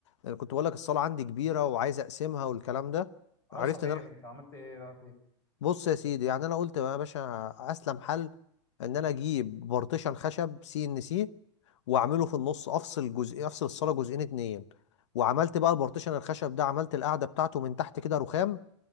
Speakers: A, on the left; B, on the left.
A: اللي كنت بقولك الصاله عندي كبيره وعايز اقسمها والكلام ده
B: اه
A: عرفت
B: صحيح
A: ان انا
B: انت عملت ايه بقى فيه
A: بص يا سيدي يعني انا قلت يا باشا اسلم حل ان انا اجيب بارتيشن خشب سي ان سي واعمله في النص افصل جزء افصل الصاله جزئين اتنين وعملت بقى البارتيشن الخشب ده عملت القاعده بتاعته من تحت كده رخام